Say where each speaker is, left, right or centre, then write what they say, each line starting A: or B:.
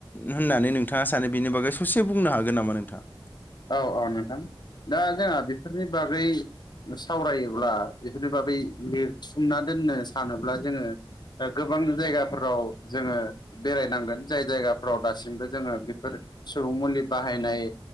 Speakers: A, on the left; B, on the left.
A: होननानै नोंथाङा सानो बेनि बागै ससे बुंनो हागोन नामा नोंथाङा
B: औ औ नोंथां दा जोंहा बेफोरनि बागै सावरायोब्ला बेफोरनि बागै लिरथुमना दोननो सानोब्ला जोङो ओ गोबां जायगाफोराव जोङो बेरायनांगोन जाय जायगाफ्राव दासिमबो जोङो बेफोर सुबुं मुलि बाहायनाय